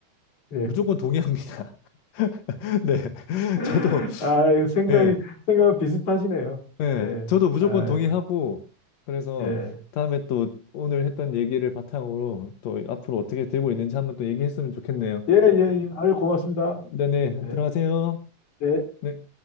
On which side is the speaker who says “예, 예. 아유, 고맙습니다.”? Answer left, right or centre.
Left